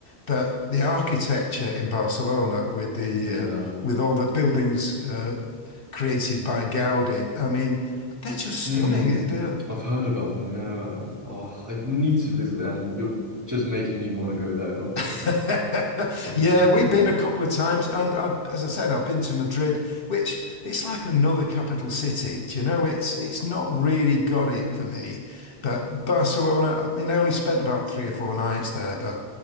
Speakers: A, on the left; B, on the right.
A: But the architecture in Barcelona, with the
B: Yeah.
A: uh, with all the buildings uh, created by Gaudi, I mean, they're just stunning.
B: Hmm.
A: They're
B: I've heard about them. Yeah. Oh, I need to visit and you're just making me want to go there a lot more
A: <laughs>
B: now. Honestly.
A: Yeah, we've
B: Yeah.
A: been a couple of times, and I, as I said, I've been to Madrid, which it's like another capital city. Do you know, it's it's not really got it for me. But Barcelona, I mean, I only spent about three or four nights there, but